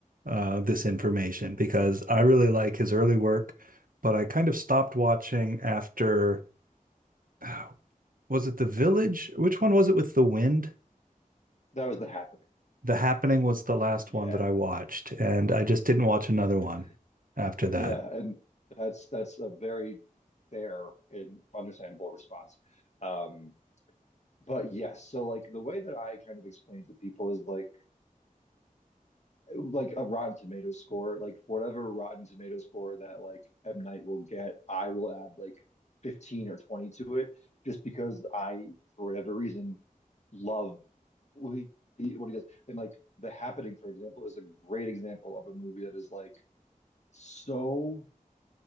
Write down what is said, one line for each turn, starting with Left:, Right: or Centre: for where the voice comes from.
Right: uh, this information because I really like his early work, but I kind of stopped watching after <sighs> was it The Village? Which one was it with the wind?
Left: That was The Happening.
Right: The Happening was the last
Left: Yeah,
Right: one that I watched, and I just didn't watch another
Left: yeah,
Right: one after that.
Left: yeah. And that's that's a very fair and understandable response. Um, But yes, so like the way that I kind of explain to people is like like a Rotten Tomatoes score, like for whatever Rotten Tomatoes score that like M. Night will get, I will add like 15 or 20 to it just because I, for whatever reason, love what he, what he does. And like The Happening, for example, is a great example of a movie that is like so